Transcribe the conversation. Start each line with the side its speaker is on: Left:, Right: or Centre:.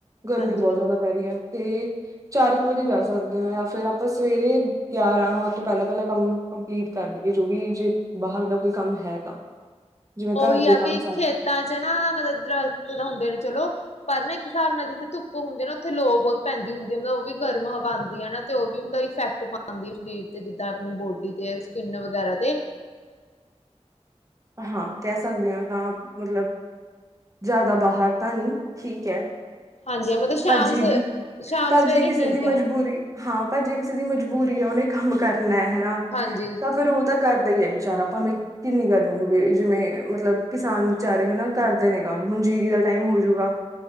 Right: ਗਰਮੀ
Left: ਹਾਂਜੀ।
Right: ਬਹੁਤ ਜ਼ਿਆਦਾ ਪੈ ਰਹੀ ਹੈ ਤੇ ਚਾਰ ਕੁ ਵਜੇ ਜਾ ਸਕਦੇ ਹਾਂ ਜਾਂ ਫੇਰ ਆਪਾਂ ਸਵੇਰੇ ਗਿਆਰਾਂ ਤੋਂ ਪਹਿਲਾਂ ਪਹਿਲਾਂ ਕੰਮ ਕੰਪਲੀਟ ਕਰ ਦੀਏ ਜੋ ਵੀ ਜੇ ਬਾਹਰ ਦਾ ਕੋਈ ਕੰਮ ਹੈ ਤਾਂ ਜਿਵੇਂ
Left: ਉਹੀ
Right: ਘਰ ਦੇ
Left: ਆ
Right: ਕੰਮ
Left: ਵੀ
Right: ਸਾਰੇ
Left: ਖੇਤਾਂ ਚ ਨਾ ਮਤਲਬ ਦਰਖਤ ਤਾਂ ਹੁੰਦੇ ਨੇ ਚਲੋ ਪਰ ਨਾ ਇੱਕ ਹਿਸਾਬ ਨਾਲ ਜਿੱਥੇ ਧੁੱਪ ਹੁੰਦੀ ਨਾ ਉੱਥੇ ਲੋ ਬਹੁਤ ਪੈਂਦੀ ਹੁੰਦੀ ਹੈ ਮਤਲਬ ਉਹ ਵੀ ਗਰਮ ਹਵਾ ਆਉਂਦੀ ਹੈ ਨਾ ਤੇ ਉਹ ਵੀ ਮਤਦਾ ਇਫੈਕਟ ਪਾਉਂਦੀ ਹੈ ਸਰੀਰ ਤੇ ਜਿੱਦਾਂ ਆਪਣੀ ਬੋਡੀ ਤੇ ਸਕਿੰਨ ਵਗੈਰਾ ਤੇ
Right: ਹਾਂ ਕਹਿ ਸਕਦੇ ਹਾਂ ਤਾਂ ਮਤਲਬ ਜ਼ਿਆਦਾ ਬਾਹਰ ਤਾਂ ਨਹੀਂ ਠੀਕ ਹੈ
Left: ਹਾਂਜੀ ਮਤਲਬ ਸ਼ਾਮ
Right: ਪਰ ਜੀ
Left: ਸ
Right: ਦੀ
Left: ਸ਼ਾਮ
Right: ਪਰ
Left: ਸਵੇਰੇ
Right: ਜੇ ਕਿਸੇ
Left: ਠੀਕ
Right: ਦੀ ਮਜਬੂਰੀ
Left: ਹੈ
Right: ਹਾਂ ਪਰ ਜੇ ਕਿਸੇ ਦੀ ਮਜਬੂਰੀ ਆ ਉਹਨੇ ਕੰਮ ਕਰ ਨੈ ਹਨਾ
Left: ਹਾਂਜੀ।
Right: ਤਾਂ ਫੇਿਰ ਉਹ ਤਾਂ ਕਰ ਦਾ ਹੀ ਹੈ ਵਿਚਾਰਾ ਭਾਵੇਂ ਕਿੰਨੀ ਗਰਮੀ ਹੋਵੇ ਜਿਵੇਂ ਮਤਲਬ ਕਿਸਾਨ ਵਿਚਾਰੇ ਹਨਾ ਕਰਦੇ ਨੇ ਕੰਮ ਹੁਣ ਜੀਰੀ ਦਾ ਟਾਈਮ ਹੋਜੂਗਾ